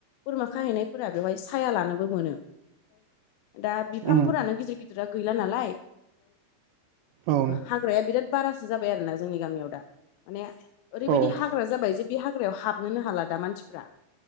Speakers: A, on the left; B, on the right.
A: बोरमा खाहैनायफोरा बेवहाय साया लानो मोन दा बिफांफोरानो
B: उम उम
A: गिदिर गिदिरा गैला नालाय
B: औ
A: हाग्राया बिराद बारासो जाबाय आरोना जोंनि गामियाव दा माने ओरैबायदि
B: औ
A: हाग्रा जाबाय जे बे हाग्रायाव हाबनोनो हाला दा मानसिफ्रा